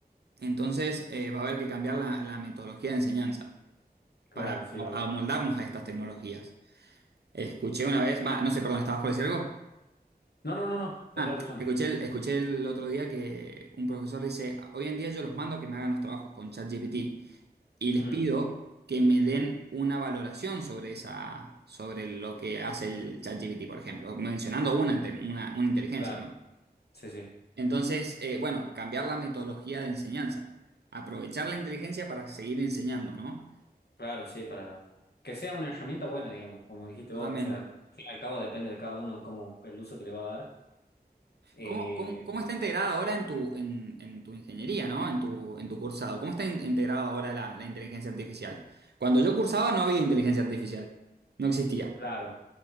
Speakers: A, on the right (about 80°); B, on the left (about 75°).
A: entonces eh, va a haber que cambiar la, la metodología de enseñanza
B: claro,
A: para a-
B: sí, obvio.
A: amoldarnos a
B: sí.
A: estas tecnologías. Escuché una vez, va, no sé, perdón, ¿estabas por decir algo?
B: No, no, no, no, te
A: Ah,
B: estaba escuchando.
A: escuché el, escuché el otro día que un profesor dice, hoy en día yo los mando a que me hagan los trabajos con ChatGPT. y les
B: Mm,
A: pido que me den una valoración sobre esa, sobre lo que hace el ChatGPT, por ejemplo, mencionando una, inte- una, una inteligencia,
B: claro,
A: ¿no?
B: sí, sí,
A: Entonces, eh, bueno, cambiar la metodología de enseñanza, aprovechar la inteligencia para seguir enseñando, ¿no?
B: claro, sí, para que sea una herramienta buena, digamos, como dijiste
A: Totalmente.
B: vos, o sea, al fin y al cabo depende de cada uno cómo el uso que le va a dar. Eh,
A: ¿Cómo, cómo, cómo está integrada ahora en tu, en, en tu ingeniería, ¿no? En tu, en tu cursado. ¿Cómo está in- integrada ahora la, la inteligencia artificial? Cuando yo cursaba no había inteligencia artificial. No existía.
B: claro.